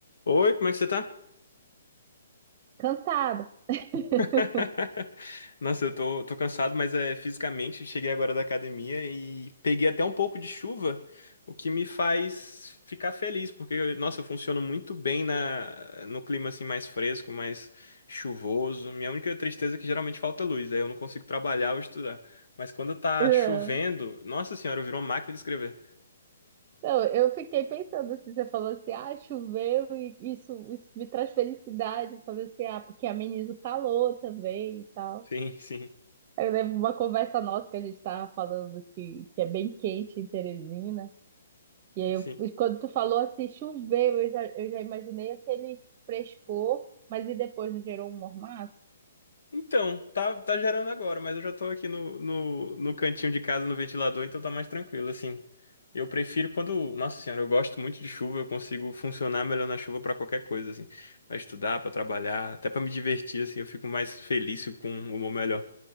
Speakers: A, on the left; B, on the right.
A: Oi, como é que você tá?
B: Cansada. <laughs>
A: <laughs> Nossa, eu tô, tô cansado, mas é fisicamente cheguei agora da academia e peguei até um pouco de chuva, o que me faz ficar feliz, porque, nossa, eu funciono muito bem na, no clima assim mais fresco, mais chuvoso. Minha única tristeza é que geralmente falta luz, aí eu não consigo trabalhar ou estudar. Mas quando tá
B: Não,
A: chovendo, nossa senhora, eu viro uma máquina de escrever.
B: não, eu fiquei pensando assim, você falou assim, ah, choveu e isso, isso me traz felicidade. Eu falei assim, ah, porque ameniza o calor também e tal.
A: Sim, <laughs> sim,
B: Eu lembro uma conversa nossa que a gente estava falando que, que é bem quente em Teresina. E aí,
A: sim.
B: eu- e quando tu falou assim, choveu, eu já, eu já imaginei aquele frescor, mas e depois não gerou um mormaço?
A: Então, tá, tá gerando agora, mas eu já tô aqui no, no, no cantinho de casa, no ventilador, então tá mais tranquilo, assim. Eu prefiro quando. Nossa senhora, eu gosto muito de chuva, eu consigo funcionar melhor na chuva pra qualquer coisa, assim. Pra estudar, pra trabalhar, até pra me divertir, assim, eu fico mais feliz fico com um humor melhor.